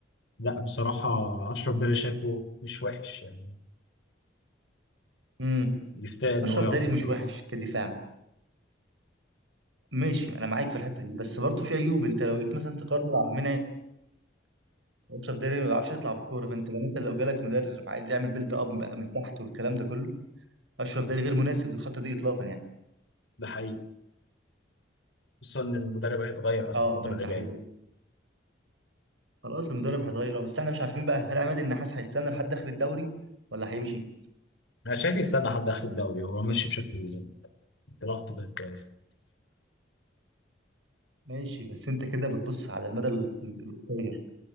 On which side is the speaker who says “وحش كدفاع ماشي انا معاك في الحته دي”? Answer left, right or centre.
Right